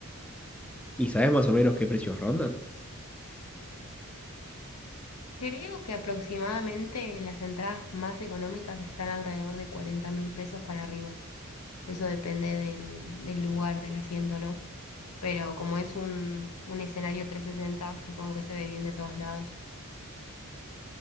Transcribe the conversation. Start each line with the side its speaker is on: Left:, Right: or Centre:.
Centre: ¿y sabes más o menos qué precios rondan?
Left: Creo que aproximadamente las entradas más económicas están alrededor de cuarenta mil pesos para arriba. Eso depende del, del lugar, del asiento, ¿no? Pero como es un, un escenario 360, supongo que se ve bien de todos lados.